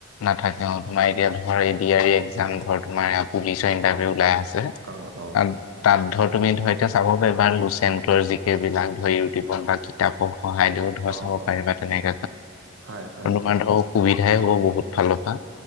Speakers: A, on the left; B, on the right.
A: নাথাকে অ তোমাৰ এতিয়া ধ এ এক্াম ধৰ তোমাৰ পুলিচৰ ইণ্টাৰভিউ ওলাই আছে
B: অ অ
A: ত তাত ধৰ তুমি ধৰ এতিয়া চাব পবাৰ লুচেণ্টৰ যিকেইবিলাক ধৰ ইউটিউবত বা কিতাপক সহায় দিওঁ ধৰ
B: অ
A: চাব পাৰি
B: অ
A: বা তেনেক
B: হয় হয়
A: কোনোবা ধৰ সুবিধাই হ'ব বহুত ফালৰ পৰা